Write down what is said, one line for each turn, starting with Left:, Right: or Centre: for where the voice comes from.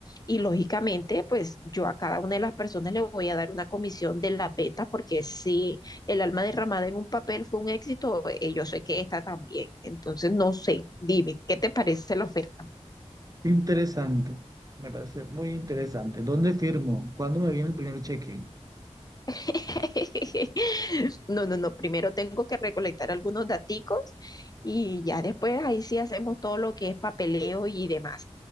Left: y lógicamente, pues yo a cada una de las personas le voy a dar una comisión de las ventas porque si el alma derramada en un papel fue un éxito, eh, yo sé que esta también. Entonces, no sé, dime, ¿qué te parece la oferta?
Right: <laughs> Interesante. Me parece muy interesante. ¿Dónde firmo? ¿Cuándo me viene el primer cheque?
Left: <laughs> No, no, no. Primero tengo que recolectar algunos daticos y ya después ahí sí hacemos todo lo que es papeleo y demás.